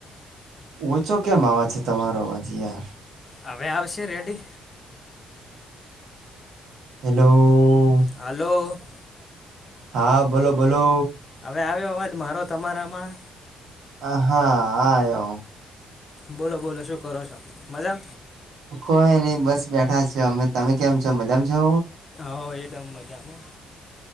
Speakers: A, on the right (about 80°); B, on the left (about 25°).
A: ઓછો કેમ આવે છે તમારો અવાજ યાર.?
B: હવે આવશે રેડી.?
A: હેલો.?
B: હાલો. !
A: હા બોલો બોલો?
B: હવે આવ્યા અવાજ મારો તમારામાં?
A: હ હા આયો
B: બોલો બોલો શું કરો છો મજા?
A: કોઈ નહી બસ બેઠા છ અમે તમે કેમ છો મજામાં છો?
B: હો એકદમ મજામાં,